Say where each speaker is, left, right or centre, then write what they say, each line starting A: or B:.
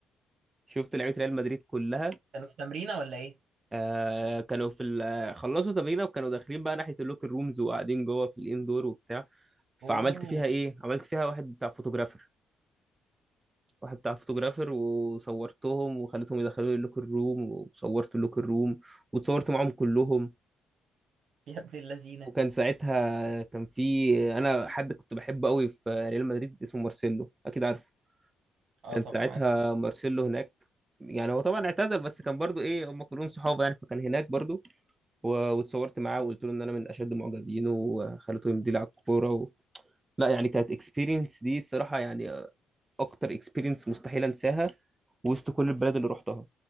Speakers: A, on the right; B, on the right.
A: شفت لعيبه ريال مدريد كلها
B: كانوا في تمرينه ولا ايه
A: آه كانوا في ال- خلصوا تمرينه وكانوا داخلين بقى ناحيه اللوكر رومز وقاعدين جوه في الاندور وبتاع فعملت
B: اوه
A: فيها ايه عملت فيها واحد بتاع فوتوغرافر واحد بتاع فوتوغرافر وصورتهم وخليتهم يدخلوا لي اللوكر روم وصورت اللوكر روم واتصورت معاهم كلهم
B: يا ابن اللذينه
A: وكان ساعتها كان في انا حد كنت بحبه قوي في ريال مدريد اسمه مارسيلو اكيد عارفه
B: اه
A: كان
B: طبعا
A: ساعتها
B: عارف
A: مارسيلو هناك يعني هو طبعا اعتزل بس كان برضو ايه هم كلهم صحابه يعني فكان هناك برضو و- واتصورت معاه وقلت له ان انا من اشد معجبينه وخليته يمضي لي على الكوره و... لا يعني كانت اكسبيرينس دي الصراحه يعني اكتر اكسبيرينس مستحيل انساها وسط كل البلاد اللي رحتها